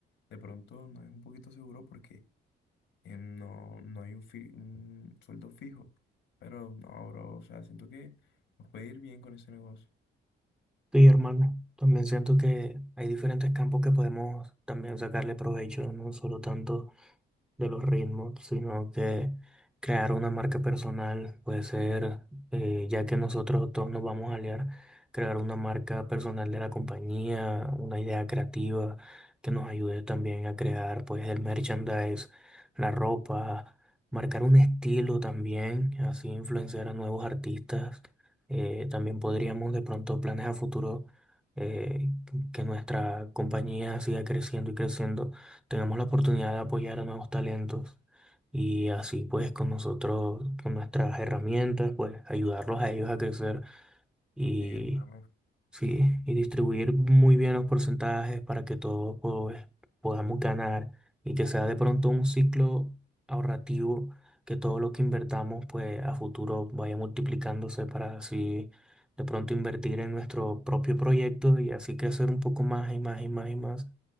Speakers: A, on the left; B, in the centre.
A: de pronto no es un poquito seguro porque eh, no, no hay un, fi- un sueldo fijo. Pero no, bro, o sea, siento que nos puede ir bien con ese negocio.
B: Sí, hermano, también siento que hay diferentes campos que podemos también sacarle provecho, no solo tanto de los ritmos, sino que crear una marca personal puede ser, eh, ya que nosotros todos nos vamos a aliar, crear una marca personal de la compañía, una idea creativa que nos ayude también a crear pues el merchandise, la ropa, marcar un estilo también, así influenciar a nuevos artistas. Eh, también podríamos de pronto planes a futuro. eh, que nuestra compañía siga creciendo y creciendo tenemos la oportunidad de apoyar a nuevos talentos y así pues con nosotros, con nuestras herramientas, pues ayudarlos a ellos a crecer y
A: Sí, hermano.
B: sí, y distribuir muy bien los porcentajes para que todos pues, podamos ganar y que sea de pronto un ciclo ahorrativo, que todo lo que invertamos pues a futuro vaya multiplicándose para así de pronto invertir en nuestro propio proyecto y así crecer un poco más y más y más y más